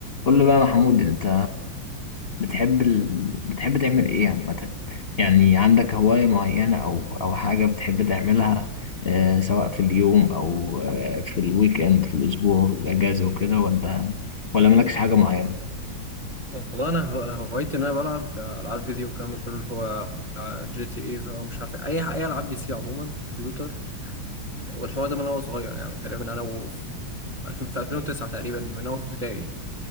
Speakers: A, on the left (about 45°); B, on the right (about 20°).
A: قول لي بقى يا محمود انت بتحب ال... بتحب تعمل ايه عامة يعني عندك هواية معينة او او حاجة بتحب تعملها آه سواء في اليوم او آه في الويك اند في الاسبوع في الاجازة وكده ولا ولا مالكش حاجة معينة
B: والله انا هو- هوايتي ان انا بلعب العاب فيديو والكلام ده كله اللي هو جي تي اي بقى مش عارف إيه. اي اي العاب بي سي عموما كمبيوتر والحوار ده من وانا صغير يعني تقريبا انا و ألفين في 2009 تقريبا من وانا في ابتدائي